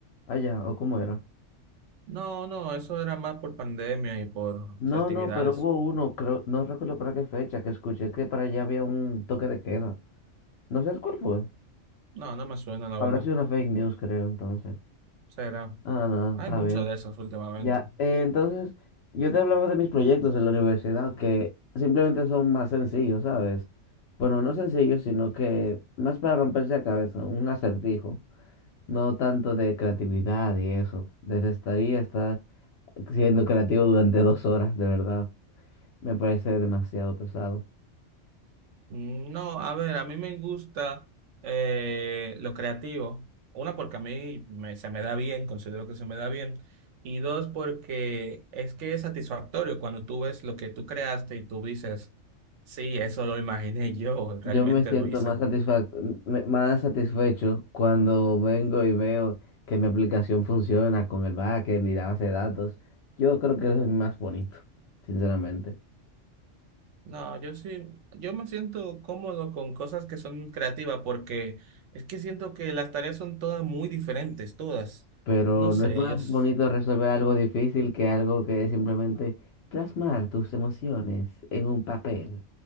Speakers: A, on the left; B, on the right.
A: Allá, o cómo era.
B: No, no, eso era más por pandemia y por
A: No,
B: festividades.
A: no, pero hubo uno, creo, no recuerdo para qué fecha, que escuché que para allá había un toque de queda. No sé cuál fue.
B: No, no me suena, la
A: Habrá
B: verdad.
A: sido una fake news, creo, entonces.
B: Será.
A: Ah, no,
B: Hay
A: está
B: mucho
A: bien.
B: de esas últimamente.
A: Ya, eh, entonces yo te hablaba de mis proyectos en la universidad que simplemente son más sencillos, ¿sabes? Bueno, no sencillos, sino que más para romperse la cabeza, un acertijo, no tanto de creatividad y eso. Detestaría estar siendo creativo durante dos horas, de verdad. Me parece demasiado pesado.
B: Mm, No, a ver, a mí me gusta eh, lo creativo. Una, porque a mí me- se me da bien, considero que se me da bien. Y dos, porque es que es satisfactorio cuando tú ves lo que tú creaste y tú dices, sí, eso lo imaginé yo, <laughs> realmente
A: Yo me siento
B: lo hice.
A: más satisfa- me- más satisfecho cuando vengo y veo que mi aplicación funciona con el backend y la base de datos. Yo creo que eso es más bonito, sinceramente.
B: No, yo sí, yo me siento cómodo con cosas que son creativas porque es que siento que las tareas son todas muy diferentes, todas.
A: Pero
B: No sé,
A: no es más
B: ellos,
A: bonito resolver algo difícil que algo que es simplemente plasmar tus emociones en un papel.